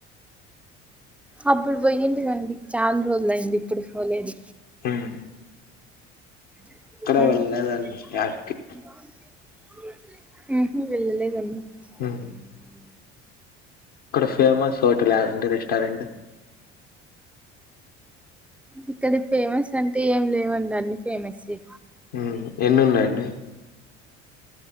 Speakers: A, in the centre; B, on the left (about 65°).
A: అప్పుడు పోయ్యంటి కండి చాలా రోజులు అయింది ఇప్పుడు పోలేదు
B: హ్మ్
A: <inaudible>
B: ఎక్కడ వెళ్ళలేదండి యాటికి హ్మ్ ఇక్కడ ఫేమస్ <unintelligible> లేవండి రెస్టారెంట్
A: ఇక్కడ ఫేమస్ అంటే ఏం లేవండి అన్ని ఫేమస్సే
B: హ్మ్ ఎన్ని ఉన్నాయండి